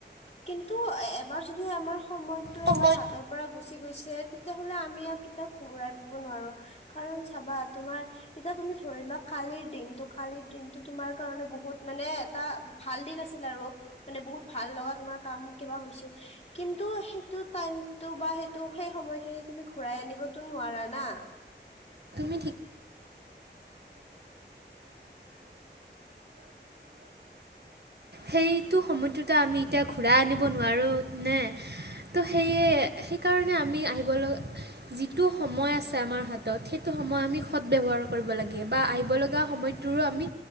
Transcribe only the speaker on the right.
সময়ত
<unintelligible> সেইটো সময়টোত আমি এতিয়া ঘূৰাই আনিব নোৱাৰো নে ত' সেয়ে সেইকাৰণে আমি আহিবলৈ যিটো সময় আছে আমাৰ হাতত সেইটো সময় আমি সৎ ব্যৱহাৰ কৰিব লাগে বা আহিবলগা সময়টোৰো আমি